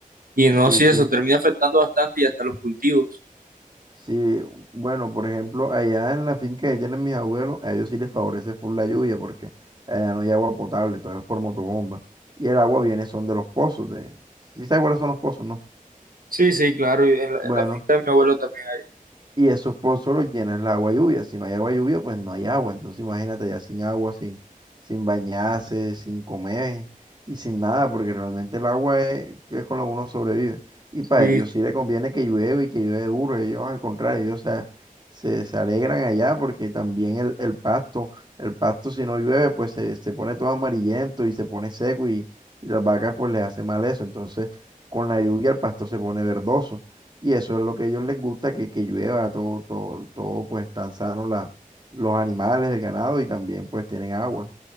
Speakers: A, on the right; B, on the right.
A: Y
B: Sí,
A: no, sí,
B: sí.
A: eso termina afectando bastante y hasta los cultivos.
B: Sí, bueno, por ejemplo, allá en la finca que tienen mis abuelos, a ellos sí les favorece full la lluvia porque allá no hay agua potable, todo es por motobomba. Y el agua viene son de los pozos de... ¿Sí sabes cuáles son los pozos, no?
A: Sí, sí, claro, y en la,
B: Bueno.
A: en la finca de mi abuelo también
B: Y esos pozos los llenas el agua lluvia. Si no hay agua lluvia, pues no hay agua. Entonces imagínate ya sin agua, sin, sin bañarse, sin comer y sin nada, porque realmente el agua es, es con lo que uno sobrevive. Y para
A: hay.
B: ellos
A: Y,
B: sí le conviene que llueve y que llueve duro. Ellos al contrario, ellos se, se, se alegran allá porque también el, el pasto, el pasto si no llueve, pues se, se pone todo amarillento y se pone seco y, y las vacas pues les hace mal eso. Entonces con la lluvia el pasto se pone verdoso. Y eso es lo que a ellos les gusta, que, que llueva, todo, todo, todo, pues tan sano la, los animales, el ganado y también pues tienen agua.